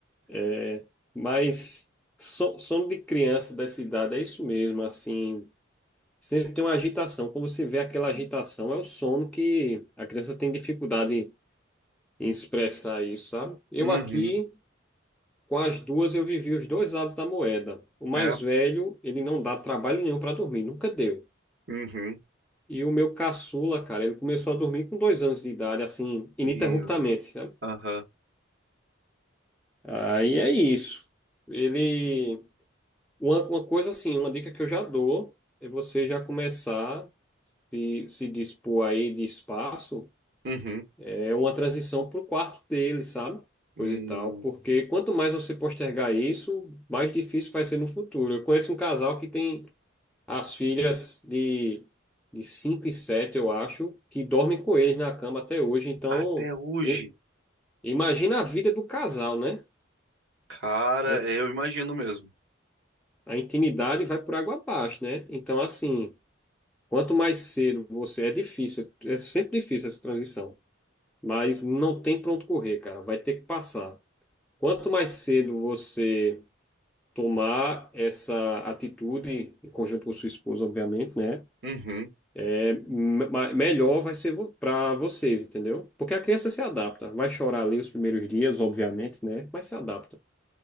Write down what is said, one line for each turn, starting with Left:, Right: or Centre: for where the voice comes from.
Centre: é. Mas so- sono de criança dessa idade é isso mesmo, assim. Sempre tem uma agitação. Quando você vê aquela agitação, é o sono que a criança tem dificuldade em expressar isso, sabe? Eu
Right: Uhum,
Centre: aqui, com as duas, eu vivi os dois lados da moeda. O mais
Right: é,
Centre: velho, ele não dá trabalho nenhum para dormir, nunca deu.
Right: uhum.
Centre: E o meu caçula, cara, ele começou a dormir com dois anos de idade, assim,
Right: Meu
Centre: ininterruptamente,
Right: Deus.
Centre: sabe?
Right: Aham,
Centre: Aí é isso. Ele. Uma, uma coisa assim, uma dica que eu já dou é você já começar se, se dispor aí de espaço
Right: uhum.
Centre: é uma transição para o quarto dele, sabe?
Right: Hum,
Centre: Coisa e tal. Porque quanto mais você postergar isso, mais difícil vai ser no futuro. Eu conheço um casal que tem as filhas de, de 5 e 7, eu acho, que dormem com eles na cama até hoje. Então,
Right: até hoje,
Centre: im- imagina a vida do casal, né?
Right: cara,
Centre: A, in-
Right: eu imagino mesmo.
Centre: a intimidade vai por água abaixo, né? Então, assim, quanto mais cedo você é difícil, é sempre difícil essa transição. Mas não tem pra onde correr, cara. Vai ter que passar. Quanto mais cedo você tomar essa atitude, em conjunto com sua esposa, obviamente, né?
Right: Uhum.
Centre: É, me- ma- melhor vai ser para vocês, entendeu? Porque a criança se adapta. Vai chorar ali os primeiros dias, obviamente, né? Mas se adapta.